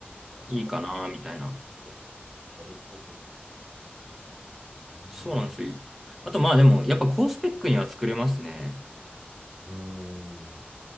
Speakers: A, on the right; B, in the centre.
A: 確かに。
B: いいかな、
A: そういうことですか。
B: みたいな。
A: なるほどね。うん。
B: そうなんですよ。あと、まあ、でも、やっぱ高スペックには作れますね。
A: うん。